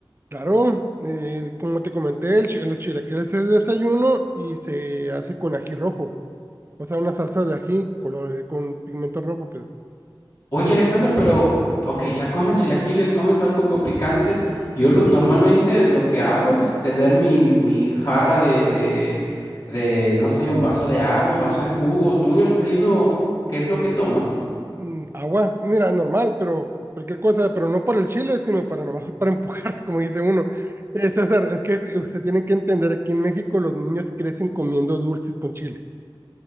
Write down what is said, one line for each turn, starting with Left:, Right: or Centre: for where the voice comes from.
Right: Claro, eh, como te comenté, el, chi- los chilaquiles es desayuno y se hace con ají rojo, o sea, una salsa de ají color, eh, con pigmento rojo, pues
Left: Oye, Alejandro, pero, ok, ya comes chilaquiles, comes algo con picante. Yo lo- normalmente lo que hago es tener mi, mi jarra de, de, de, no sé, un vaso de agua, un vaso de jugo. ¿Tú en el desayuno qué es lo que tomas?
Right: mm, agua, mira, normal, pero cualquier cosa, pero no por el chile, sino para nomás para empujar, <laughs> como dice uno. Eh, César, es que te- usted tiene que entender, aquí en México los niños crecen comiendo dulces con chile,